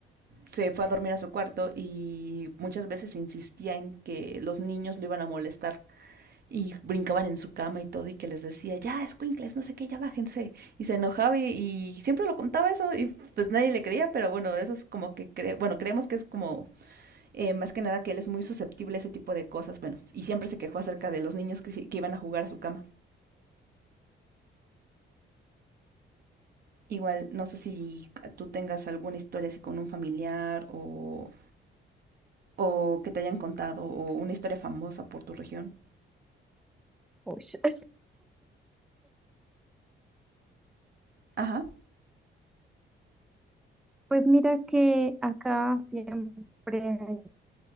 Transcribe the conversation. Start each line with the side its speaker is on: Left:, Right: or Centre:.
Right: se fue a dormir a su cuarto y muchas veces insistía en que los niños lo iban a molestar y brincaban en su cama y todo, y que les decía, ya, escuincles, no sé qué, ya bájense. Y se enojaba y, y siempre lo contaba eso, y pues nadie le creía, pero bueno, eso es como que, cre- bueno, creemos que es como, eh, más que nada que él es muy susceptible a ese tipo de cosas, bueno, y siempre se quejó acerca de los niños que, sí, que iban a jugar a su cama. Igual, no sé si tú tengas alguna historia así con un familiar o, o que te hayan contado, o una historia famosa por tu región.
Centre: Ush. <laughs>
Right: Ajá,
Centre: Pues mira que acá siempre hay